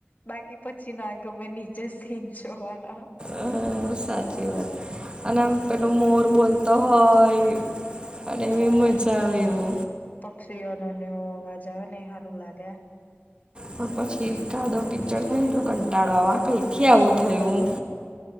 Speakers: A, on the left; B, on the right.
A: બાકી પછી ના ગમે નીચે સીન જોવાના
B: અ સાચી વાત અને આમ પેલો
A: હમ
B: મોર બોલતો હોય પણ એવી મજા આવે એવો
A: પક્ષીઓ ન નેવો અવાજ આવે ને એ હારું લાગે
B: પ પછી કાદવ કિચડ થાયને એટલે કંટાળો આવ કઈ થી આવું થયું